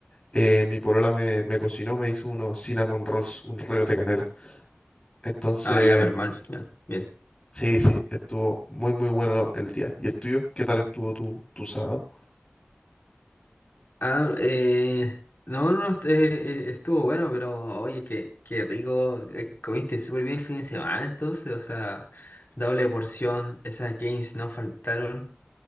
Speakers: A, on the left; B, on the left.
A: eh, mi polola me, me cocinó, me hizo unos cinnamon rolls, un rollo de canela. Entonces,
B: Ah, ya, menos mal. Ya, bien.
A: sí, sí, estuvo muy, muy bueno el día. ¿Y el tuyo? ¿Qué tal estuvo tu, tu sábado?
B: Ah, eh, no, no, est- eh, eh, estuvo bueno, pero oye, qué, qué rico. eh, comiste súper bien el fin de semana, entonces, o sea, doble porción. Esas gains no faltaron.